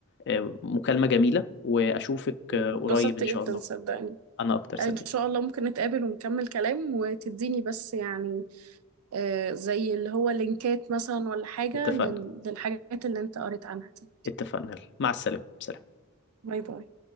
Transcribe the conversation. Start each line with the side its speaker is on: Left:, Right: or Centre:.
Left: آه، مكالمة جميلة وأشوفك آه، قريب
Right: اتبسطت
Left: إن شاء
Right: جدا
Left: الله
Right: صدقني
Left: أنا أكتر صديق
Right: ان شاء الله ممكن نتقابل ونكمل كلام وتديني بس يعني آه زي اللي هو لينكات مثلا ولا حاجة
Left: اتفقنا
Right: لل- للحاجات اللي انت قريت عنها دي
Left: اتفقنا يلا. مع السلامة سلام
Right: باي باي